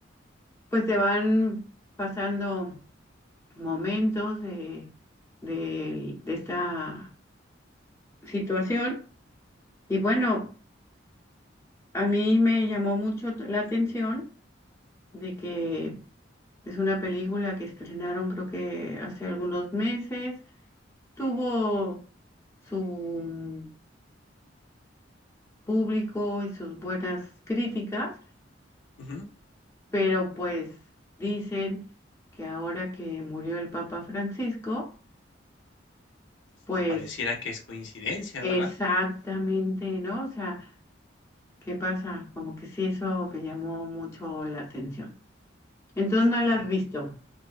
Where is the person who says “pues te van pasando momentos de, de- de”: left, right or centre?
Left